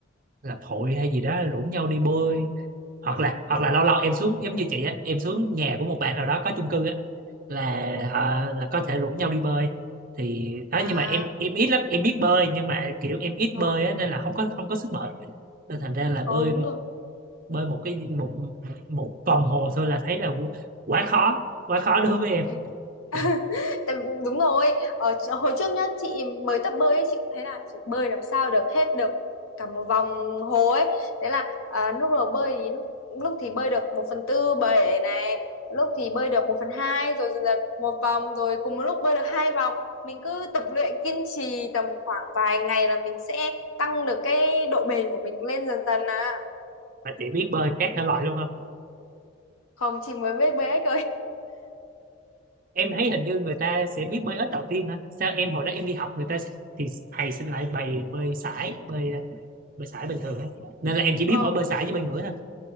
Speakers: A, on the right; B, on the left.
A: lập hội hay gì đó rủ nhau đi bơi hoặc là hoặc là lâu lâu em xuống giống như chị á em xuống nhà của một bạn nào đó có chung cư á là
B: ừ.
A: à, là có thể rủ nhau đi bơi thì đó
B: à
A: nhưng mà em em ít lắm em biết bơi nhưng mà kiểu em ít
B: ờ
A: bơi á nên là không có không có sức bền nên thành ra là
B: ờ,
A: bơi
B: đúng rồi
A: bơi một cái một một vòng hồ thôi là thấy là quá khó quá khó đối với em
B: Ừ.
A: Dạ.
B: <laughs> Tại- đúng rồi ở ch- hồi trước nhá chị mới tập bơi ấy, chị cũng thấy là chị bơi làm sao được hết được cả một vòng hồ ấy thế là à, lúc đầu bơi thì lúc, lúc thì bơi được một phần tư bể này lúc thì bơi được một phần hai rồi dần dần một vòng rồi cùng một lúc bơi được hai vòng mình cứ tập luyện kiên trì tầm khoảng vài ngày là mình sẽ tăng được cái độ bền của mình lên dần dần à
A: mà chị biết bơi các
B: ừ.
A: thể loại luôn không
B: không chị mới biết bơi ếch
A: em thấy hình như người ta sẽ biết bơi ếch đầu tiên hả sao em hồi đó em đi học người ta thì thầy xin lại bày bơi sải bơi bơi sải bình thường á nên là em chỉ biết
B: rồi
A: mỗi bơi sải với bơi ngửa thôi